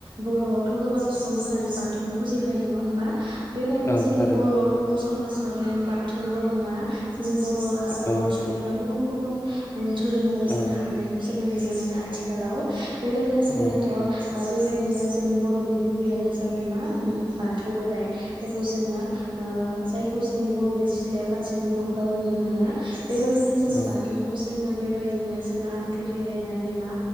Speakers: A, on the right; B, on the left.
A: बर'आवथ' गोबां सुबुंफोरानो बाथौखौ फुजिखायो नंङा होमबा बेबायदिनो
B: औ
A: जोंनि
B: थारैनो
A: बर' बर'स समाजा बे बाथौल नंङा जोंनि बर' हा बर'
B: औ
A: सुबुंफोरा गुबुन गु बुन धोरोमावबो
B: औ
A: जों हाबनायखौ ज जोंङो नुनो मोनो आथिखालाव बेबायदिनो जोंनोथ'
B: औ
A: ओ बेबायदिनो जोंनि बर'नि गुबैयानो जाबाय मा उम बा थौ बोराइ जायखौ जोंङो ओ जायखौ जोंनि बर'नि सिथ्लायाव गासैबो न'खराव नुनो मोनो बेबायदिनो जोंङो
B: औ
A: बाथौखौ जोंङो बेबायदिनो जों आनथु खेरायनानै मा